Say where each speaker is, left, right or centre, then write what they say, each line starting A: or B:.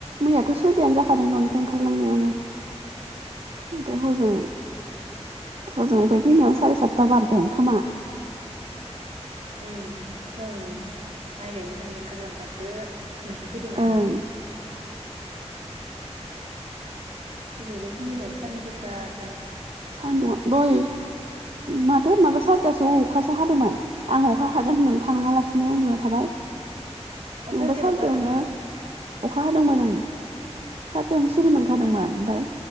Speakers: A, on the right (about 55°); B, on the right (about 75°).
A: मैयाथ' सयथायानो जाखादों न'ननिफ्राय ओंखारलांनायावनो ओमफ्राय हजों हजों ओमफ्राय फैनायाव साराय सातथा बारदो खोमा
B: उम जों माइ गायनो थांनो ओंखारलांबासो नोंसोर फैदोंमोन
A: ओं
B: ना दिनैबो फुंनिफ्रायनो सान्दुं गोसाथार
A: सान्दुङा दहय माथो माबा सारिथासोआव अखासो हादोंमोन आं अखा हागोन होननानै थाङालासिनो उन्दुना थाबाय नङाबा
B: अ सारिथायाव
A: सारिथायावनो
B: अखा हादोंमोन
A: अखा हादोंमोन ओं सारिथायावनो सिरि
B: ए
A: मोनखादोंमोन ओमफ्राय